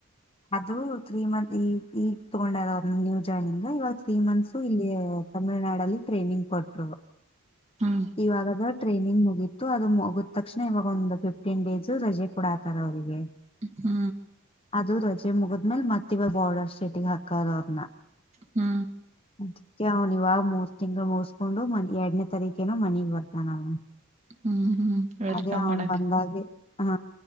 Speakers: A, on the left; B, on the right.
A: ಅದು ತ್ರೀ ಮಂತ್ ಈಗ ಈಗ ತೊಗೊಂಡದ ಅವ್ರ ನ್ಯೂ ಜಾಯನಿಂಗ್. ಇವಾಗ ತ್ರೀ ಮಂತ್ಸು ಇಲ್ಲಿ ತಮಿಳ್ನಾಡಲ್ಲಿ ಟ್ರೈನಿಂಗ್ ಕೊಟ್ರು.
B: ಹ್ಮ್
A: ಇವಾಗದ ಟ್ರೈನಿಂಗ್ ಮುಗಿತ್ತು ಅದು ಮುಗಿದ ತಕ್ಷಣ ಇವಾಗ ಒಂದು ಫಿಫ್ಟೀನ್ ಡೇಸ್ ರಜೆ ಕೂಡ ಆತರ ಅವ್ರಿಗೆ.
B: ಹ್ಮ
A: ಅದು ರಜೆ ಮುಗದ್ಮೇಲೆ ಮತ್ತ ಇವ ಬಾರ್ಡರ್ ಸ್ಟೇಟಿಗೆ ಹಾಕವ್ರೇ ಅವ್ರನ್ನ.
B: ಹ್ಮ
A: ಅದ್ಕ್ಕೆ ಅವನ್ ಇವಾಗ ಮೂರ್ ತಿಂಗಳು ಮುಗಸ್ಕೊಂಡು ಮತ್ತೆ ಎರಡನೇ ತಾರೀಕೇನು ಮನಿಗ್ ಬರ್ತಾನ ಅವ್ನು.
B: ಹ್ಮ್ ಹ್ಮ್ ವೆಲ್ಕಮ್
A: ಅದೇ ಅವನು
B: ಮಾಡಕ್
A: ಬಂದಾಗೆ. ಹಾ